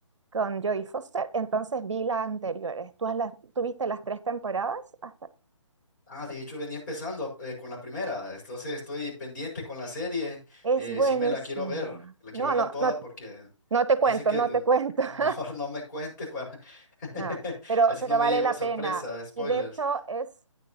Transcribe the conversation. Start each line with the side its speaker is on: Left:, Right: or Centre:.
Right: con Jodie Foster, entonces vi las anteriores. ¿Tú, has las- tú viste las tres temporadas? Hasta...
Left: Ah, de hecho venía empezando eh, con la primera, entonces estoy pendiente con la serie,
Right: Es
Left: eh,
Right: buenísima.
Left: sí me la quiero ver, la
Right: No,
Left: quiero verla
Right: no,
Left: toda
Right: no,
Left: porque
Right: no te
Left: dicen
Right: cuento,
Left: que
Right: no
Left: de-
Right: te cuento.
Left: mejor
Right: <laughs>
Left: <laughs> no me cuentes para... <laughs>
Right: No, pero,
Left: así
Right: pero
Left: no me
Right: vale
Left: llevo
Right: la
Left: sorpresa,
Right: pena.
Left: spoilers.
Right: Y de hecho, es,